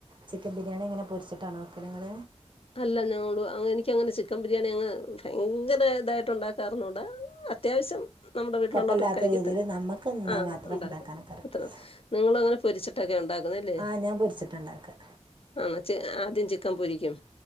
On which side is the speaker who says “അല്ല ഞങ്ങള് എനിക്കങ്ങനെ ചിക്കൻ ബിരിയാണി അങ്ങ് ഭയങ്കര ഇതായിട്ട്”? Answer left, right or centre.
Left